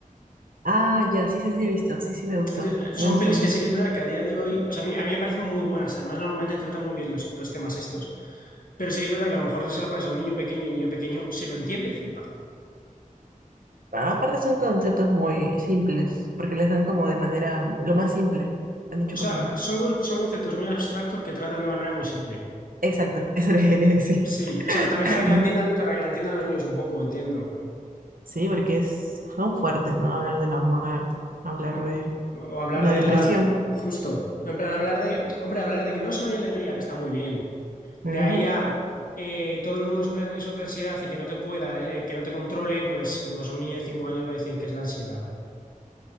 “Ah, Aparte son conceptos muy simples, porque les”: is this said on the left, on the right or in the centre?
Right